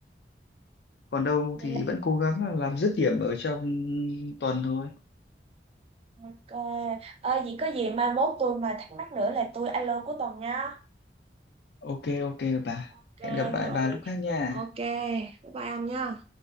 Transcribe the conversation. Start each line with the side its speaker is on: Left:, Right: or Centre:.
Left: Còn đâu
Right: vậy
Left: thì
Right: là
Left: vẫn cố gắng là làm dứt điểm ở trong tuần thôi.
Right: ok ờ, vậy có gì mai mốt tôi mà thắc mắc nữa là tôi alo cuối tuần nha
Left: Ok ok bà.
Right: ok
Left: Hẹn gặp lại
Right: rồi
Left: bà lúc khác nha.
Right: Ok, bye bye ông nha.